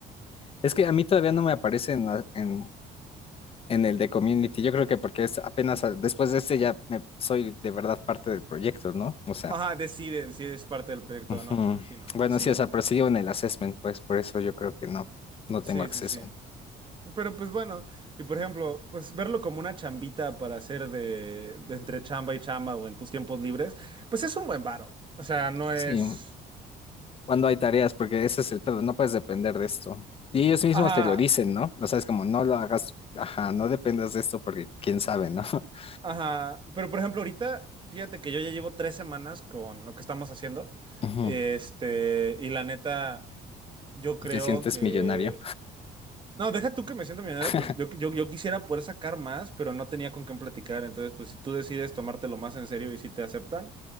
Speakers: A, on the left; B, on the right.
A: Es que a mí todavía no me aparece en, la- en, en el de Community, yo creo que porque es apenas a- después de este ya me, soy de verdad parte del proyecto, ¿no? O sea,
B: Ajá, deciden si es parte del proyecto
A: ujú.
B: o no, me imagino.
A: Bueno,
B: Sí,
A: sí, o sea, pero sigo en el assessment, pues por eso yo creo que no, no
B: sí,
A: tengo acceso.
B: sí, sí. Pero pues bueno, y por ejemplo, pues verlo como una chambita para hacer de, de entre chamba y chamba o en tus tiempos libres, pues es un buen varo. O sea, no
A: Sí.
B: es...
A: cuando hay tareas, porque ese es el pedo, no puedes depender de esto. Y ellos mismos
B: Ajá,
A: te lo dicen, ¿no? O sea, es como, no lo hagas, ajá, no dependas de esto porque quién sabe, ¿no? <laughs>
B: ajá. Pero por ejemplo, ahorita, fíjate que yo ya llevo tres semanas con lo que estamos haciendo.
A: Ujú.
B: Este, y la neta, yo creo
A: Te sientes
B: que
A: millonario.
B: No, deja tú que me siento millonario,
A: <laughs>
B: pues yo, yo, yo quisiera poder sacar más, pero no tenía con quién platicar. Entonces, pues si tú decides tomártelo más en serio y si te aceptan,